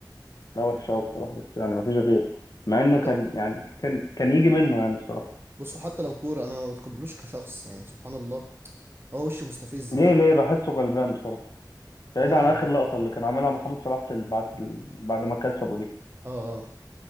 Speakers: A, on the left; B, on the right.
A: لا وحش قوي بصراحة بس يعني مفيش غيره مع انه
B: حتى
A: كان يعني كان كان يجي منه يعني بصراحة
B: بصوا حتى لو كوره انا ما بتقبلوش كشخص يعني سبحان الله هو وشه مستفز
A: ليه
B: كده
A: ليه بحسه غلبان بصراحة بعيد
B: لا
A: عن
B: لا
A: اخر
B: مستفز
A: لقطة اللي
B: أوي.
A: كان عاملها محمد صلاح في ال- بعد ال... بعد ما كسبه دي
B: اه اه